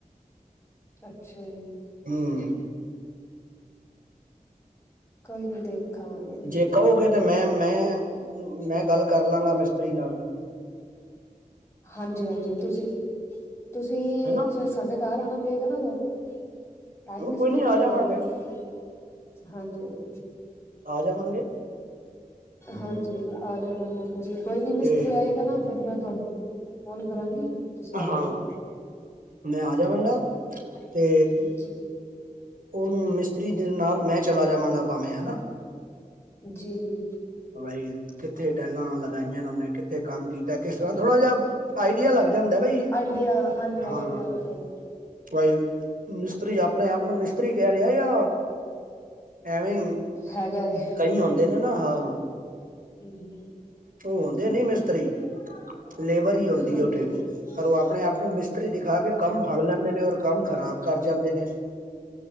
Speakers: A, on the left; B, on the right.
A: ਅੱਛਾ ਜੀ।
B: ਹੂੰ।
A: ਕੋਈ ਨੀ ਦੇਖ ਆਵਾਂਗੇ ਜੀ।
B: ਜੇ ਕਹੋਗੇ ਤੇ ਮੈਂ ਮੈਂ ਮੈਂ ਗੱਲ ਕਰ ਲਾਂਗਾ ਮਿਸਤਰੀ ਨਾਲ
A: ਹਾਂਜੀ-ਹਾਂਜੀ ਤੁਸੀਂ ਤੁਸੀਂ
B: ਹੈਨਾ
A: ਫਿਰ ਸਾਡੇ ਘਰ ਆਣਾ ਬੇਗਾ ਨਾ ਨੂੰ-'
B: ਹੂੰ,
A: ਟਾਈ ਮਿਸਤਰੀ
B: ਕੋਈ ਨਹੀਂ
A: ਨਾਲ
B: ਆ ਜਾਵਾਂਗੇ
A: ਗੱਲ ਕਰਾਂਗੇ ਹਾਂਜੀ ਹਾਂਜੀ। <unintelligible>
B: ਆ ਜਾਵਾਂਗੇ।
A: ਹਾਂਜੀ ਆ ਜਾਣਾ ਫਿਰ, ਜੇ ਕੋਈ ਨੀ ਮਿਸਤਰੀ
B: ਤੇ
A: ਆਏਗਾ ਨਾ ਫਿਰ ਮੈਂ ਤੁਹਾਨੂੰ ਫੋਨ ਕਰਾਂਗੀ ਤੁਸੀਂ ਆ
B: ਹਾਂ,
A: ਜਾਣਾ
B: ਮੈਂ ਆ ਜਾਵਾਂਗਾ ਤੇ
A: ਜੀ
B: ਉਹਨੂੰ ਮਿਸਤਰੀ ਨਾਲ ਮੈਂ ਚਲਾ ਜਾਵਾਂਗਾ, ਭਾਵੇਂ ਹਨਾ।
A: ਜੀ ਜੀ।
B: ਬਾਈ ਕਿੱਥੇ ਟੈਲਾਂ ਲਗਾਈਆਂ ਨੇ ਉਹਨੇ, ਕਿੱਥੇ ਕੰਮ ਕੀਤਾ ਕਿ ਥੋੜਾ ਜਿਹਾ ਆਈਡੀਆ ਲੱਗ ਜਾਂਦਾ ਬਾਈ
A: ਆਈਡੀਆ ਹਾਂਜੀ
B: ਹਾਂ।
A: ਆਈਡੀਆ ਵਗੈਰਾ
B: ਭਾਈ ਮਿਸਤਰੀ ਆਪਣੇ ਆਪ ਨੂੰ ਮਿਸਤਰੀ ਕਹਿ ਰਿਹਾ ਜਾ ਐਵੇਂ
A: ਹੈਗਾ ਏ
B: ਕਈ ਆਉਂਦੇ ਨੇ ਨਾ ਹਾਂ
A: <unintelligible>
B: <unintelligible> ਹੁੰਦੇ ਨਹੀਂ ਮਿਸਤਰੀ ਲੇਬਰ ਹੀ ਆਉਂਦੀ
A: ਹਾਂਜੀ
B: ਏ ਉਥੇ, ਪਰ ਉਹ ਆਪਣੇ ਆਪ ਨੂੰ ਮਿਸਤਰੀ ਦਿਖਾ ਕੇ ਕੰਮ ਫੜ ਲੈਂਦੇ ਨੇ, ਔਰ ਕੰਮ ਖ਼ਰਾਬ ਕਰ ਜਾਂਦੇ ਨੇ।